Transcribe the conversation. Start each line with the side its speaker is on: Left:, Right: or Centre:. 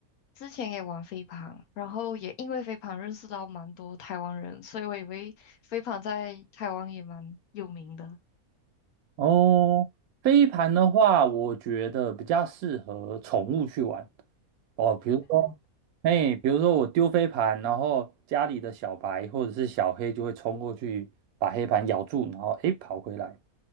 Left: 之前也玩飞盘，然后也因为飞盘认识到蛮多台湾人，所以我以为飞盘在台湾也蛮有名的。
Right: 哦，飞盘的话，我觉得比较适合宠物去玩，哦，比如说，哎，比如说我丢飞盘，然后家里的小白或者是小黑就会冲过去把黑盘咬住，然后哎跑回来。